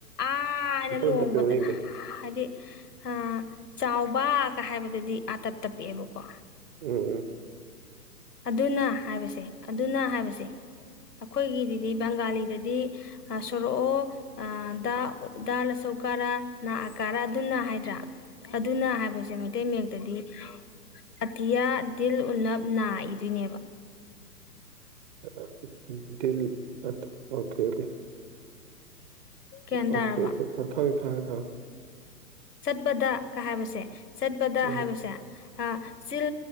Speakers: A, on the left; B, on the right.
A: ꯑꯅ ꯂꯣꯡꯕꯗ
B: ꯑꯝꯇ ꯄꯤꯔꯛꯑꯣ ꯌꯦꯡꯒꯦ
A: ꯍꯥꯏꯗꯤ ꯑ ꯆꯥꯎꯕꯒ ꯍꯥꯏꯕꯗꯨꯗꯤ ꯑꯥꯇꯞ ꯇꯞꯄꯛꯑꯦꯕꯀꯣ
B: ꯎꯝ ꯎꯝ
A: ꯑꯗꯨꯅ ꯍꯥꯏꯕꯁꯦ ꯑꯗꯨꯅ ꯍꯥꯏꯕꯁꯦ ꯑꯈꯣꯏꯒꯤꯗꯗꯤ ꯕꯪꯒꯥꯂꯤꯗꯗꯤ ꯑ ꯁꯣꯔꯑꯣ ꯑ ꯗꯥ ꯎ ꯗꯥ ꯂꯆꯧꯀꯥꯔꯥ ꯅꯥꯑ ꯀꯥꯔꯥ ꯑꯗꯨꯅ ꯍꯥꯏꯗ꯭ꯔꯥ ꯑꯗꯨꯅ ꯍꯥꯏꯕꯁꯦ ꯃꯩꯇꯩ ꯃꯌꯦꯛꯇꯗꯤ ꯑꯇꯤꯌꯥ ꯗꯤꯜ ꯎꯅꯞ ꯅꯥꯏ ꯗꯨꯏꯅꯦꯕ
B: ꯑ ꯑ ꯗꯤꯜ ꯑ ꯑꯣꯀꯦ ꯀꯦ
A: ꯒ꯭ꯌꯥꯟ
B: ꯑꯥ ꯑꯣꯀꯦ
A: ꯇꯥꯔꯕ
B: ꯑꯣꯀꯦ ꯊ ꯊꯥꯡ ꯊꯥꯌꯦ ꯍ
A: ꯆꯠꯄꯗ ꯀ ꯍꯥꯕꯁꯦ ꯆꯠꯄꯗ
B: ꯎꯝ
A: ꯍꯥꯏꯕꯁꯦ ꯍ ꯆꯤꯜ